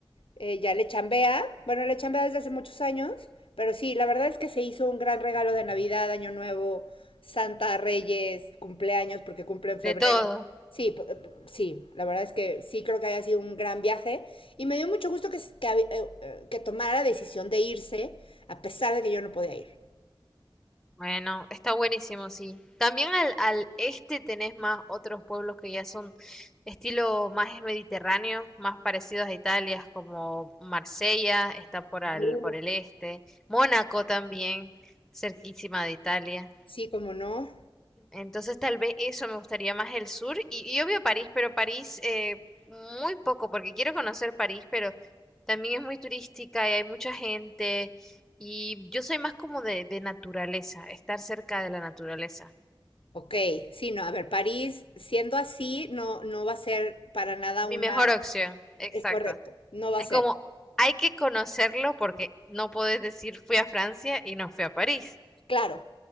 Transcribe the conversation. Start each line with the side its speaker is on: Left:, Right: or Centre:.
Left: eh, ya le chambea, bueno, le chambea desde hace muchos años, pero sí, la verdad es que se hizo un gran regalo de Navidad, Año Nuevo, Santa, Reyes, cumpleaños, porque cumple en febrero.
Centre: De todo.
Left: Sí, p- p- sí, la verdad es que sí creo que haya sido un gran viaje y me dio mucho gusto que, s- que, hab- eh, eh, que tomara la decisión de irse a pesar de que yo no podía ir.
Centre: Bueno, está buenísimo, sí. También al, al este tenés más otros pueblos que ya son estilo más mediterráneo, más parecidos a Italia, como Marsella, está por al,
Left: Uh.
Centre: por el este, Mónaco también, cerquísima de Italia.
Left: Sí, cómo no.
Centre: Entonces tal vez eso me gustaría más el sur y, y obvio París, pero París eh, muy poco porque quiero conocer París, pero también es muy turística y hay mucha gente y yo soy más como de, de naturaleza, estar cerca de la naturaleza.
Left: Ok, sí, no, a ver, París, siendo así, no, no va a ser para nada
Centre: Mi
Left: una,
Centre: mejor opción, exacto.
Left: Es correcto, no va
Centre: Es
Left: a ser.
Centre: como hay que conocerlo porque no podés decir fui a Francia y no fui a París.
Left: Claro,